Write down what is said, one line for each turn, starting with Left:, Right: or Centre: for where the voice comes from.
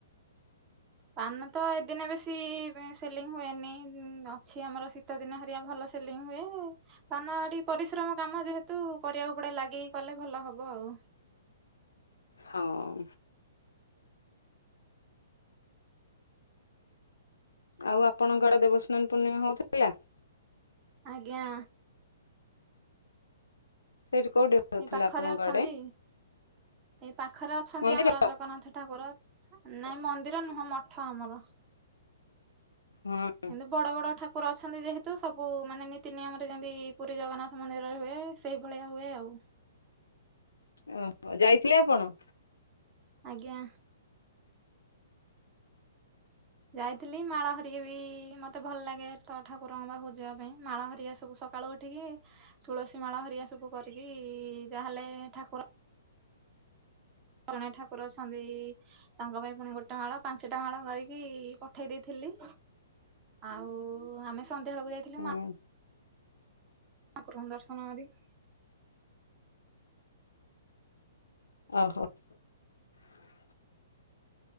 Right: ପାନ ତ ଏଦିନେ ବେଶି ସେଲିଙ୍ଗ ହୁଏନି, ଉମ୍ ଅଛି ଆମର ଶୀତଦିନ ହେରିଆ ଭଲ ସେ ସେଲିଙ୍ଗ ହୁଏ ପାନ ଟିକେ ପରିଶ୍ରମ କାମ ଯେହେତୁ କରିବାକୁ ପଡେ ଲାଗିକି କଲେ ଭଲ ହବ ଆଉ।
Left: ହଁ। ଆଉ ଆପଣଙ୍କ ଆଡେ ଦେବସ୍ନାନ ପୂର୍ଣ୍ଣିମା ହଉଥିଲା?
Right: ଆଜ୍ଞା।
Left: ସେଇଠି କୋଉଠି ହଉଥିଲା
Right: ଏଇ ପାଖରେ
Left: ଆପଣଙ୍କ
Right: ଅଛନ୍ତି,
Left: ଆଡେ
Right: ଏଇ ପାଖରେ ଅଛନ୍ତି
Left: ମନ୍ଦିର?
Right: ଆମର ଜଗନ୍ନାଥ ଠାକୁର ନାଇଁ ମନ୍ଦିର ନୁହଁ, ମଠ ଆମର।
Left: ହଁ।
Right: କିନ୍ତୁ ବଡ ବଡ ଠାକୁର ଅଛନ୍ତି ଯେହେତୁ, ସବୁ ମାନେ ନୀତି ନିୟମରେ ଯେମତି ପୁରୀ ଜଗନ୍ନାଥ ମନ୍ଦିରରେ ହୁଏ ସେଇଭଳିଆ ହୁଏ ଆଉ।
Left: ଓହୋ। ଯାଇଥିଲେ ଆପଣ?
Right: ଆଜ୍ଞା। ଯାଇଥିଲି ମାଳ ହେରିକା ବି ମତେ ଭଲ ଲାଗେ ତ ଠାକୁରଙ୍କ ପାଖକୁ ଯିବା ପାଇଁ, ମାଳ ହେରିକା ସବୁ ସ ସକାଳ ଉଠିକି ତୁଳସୀ ମାଳ ହେରିକା ସବୁ କରିକି ଯାହାହେଲେ ଠାକୁର ଜଣେ ଠାକୁର ଅଛନ୍ତି ତାଙ୍କ ପାଇଁ ପୁଣି ଗୋଟେ ମାଳ, ପାଞ୍ଚଟା ମାଳ କରିକି ପଠେଇ ଦେଇଥିଲି। ଆଉ ଆମେ ସନ୍ଧ୍ୟାବେଳକୁ ଯାଇଥିଲୁ
Left: ହଁ
Right: ମା ଠାକୁରଙ୍କୁ ଦର୍ଶନ କରିକି
Left: ହଉ ହଉ।